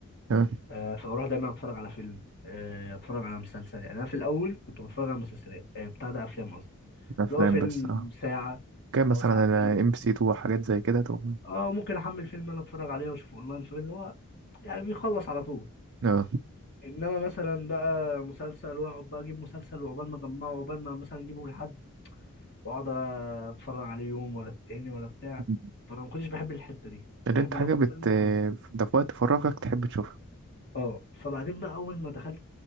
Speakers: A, on the right (about 60°); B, on the left (about 50°).
A: تمام
B: آه فاروح دايما اتفرج على فيلم آه اتفرج على مسلسل يعني انا في الاول كنت بتفرج على مسلسلات آه بتاع ده افلام قصدي
A: افلام
B: اللي هو فيلم
A: بس اه
B: ساعه
A: كان مثلا
B: اه ساعتين
A: على ام بي سي 2 وحاجات زي كده تو
B: اه ممكن احمل فيلم انا اتفرج عليه واشوفه اونلاين فيلم اللي هو يعني بيخلص على طول
A: اه
B: انما مثلا بقى مسلسل واقعد بقى اجيب مسلسل وعقبال ما اجمعه وعقبال ما مثلا اجيبه لحد واقعد اتفرج عليه يوم ولا التاني ولا بتاع
A: مم.
B: فانا ما كنتش بحب الحته دي كنت
A: اللي
B: بحب
A: انت
B: ان
A: حاجه
B: انا اخد
A: بت
B: فيلم واخلص
A: ده في وقت فراغك تحب تشوفها
B: اه فبعدين بقى اول ما دخلت